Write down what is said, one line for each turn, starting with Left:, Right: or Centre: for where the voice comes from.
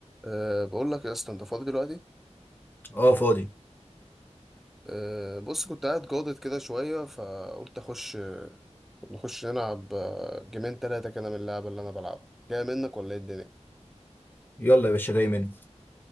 Centre: أه بقول لك يا اسطى انت فاضي دلوقتي
Left: اه فاضي
Centre: أه بص كنت قاعد جاضد كده شويه فقلت اخش نخش نلعب آه، جيمين تلاتة كده من اللعبه اللي انا بلعبها جاي منك ولا ايه الدنيا
Left: يلا يا باشا جاي منه